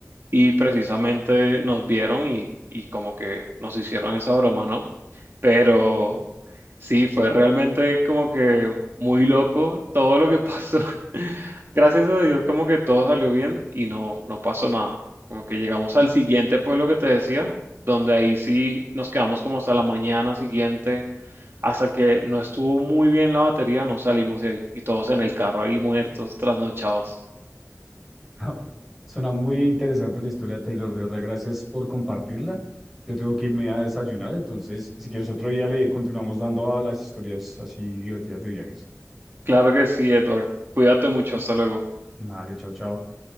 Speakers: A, on the right (about 50°); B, in the centre.
A: y precisamente nos vieron y, y como que nos hicieron esa broma, ¿no? Pero sí, fue realmente como que muy loco todo lo que pasó. <laughs> Gracias a Dios, como que todo salió bien y no, no pasó nada. Como que llegamos al siguiente pueblo que te decía, donde ahí sí nos quedamos como hasta la mañana siguiente, hasta que no estuvo muy bien la batería, no salimos de ahí y todos en el carro ahí muertos, trasnochados.
B: <laughs> Suena muy interesante la historia, Taylor. De verdad, gracias por compartirla. Yo tengo que irme a desayunar, entonces, si quieres otro día le continuamos dando a las historias así divertidas de viajes.
A: Claro que sí, Edward. Cuídate mucho, hasta luego.
B: Vale, chao, chao.